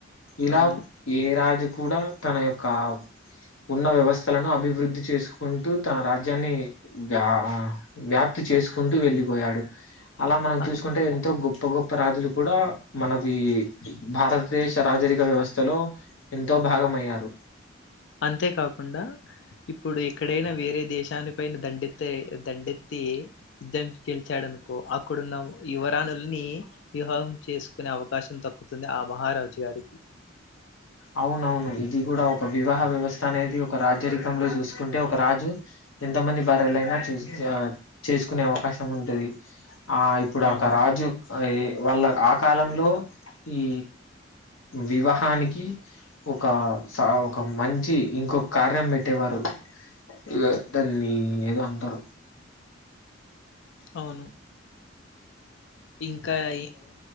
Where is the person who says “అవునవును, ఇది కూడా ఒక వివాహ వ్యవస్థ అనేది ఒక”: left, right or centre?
Left